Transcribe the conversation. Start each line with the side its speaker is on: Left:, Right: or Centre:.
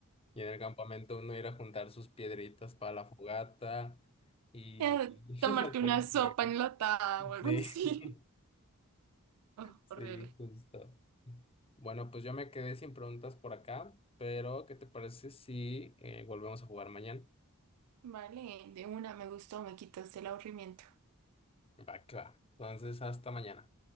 Left: y en el campamento uno ir a juntar sus piedritas para la fogata y,
Right: Eh,
Left: <laughs>
Right: Tomarte
Left: y hacer
Right: una sopa
Left: fuego.
Right: enlatada o algo
Left: Sí.
Right: así. <laughs> Oh,
Left: Sí,
Right: horrible.
Left: justo. Bueno, pues yo me quedé sin preguntas por acá, pero ¿qué te parece si eh, volvemos a jugar mañana?
Right: Vale, de una me gustó, me quitaste el aburrimiento.
Left: Va, claro. Entonces, hasta mañana.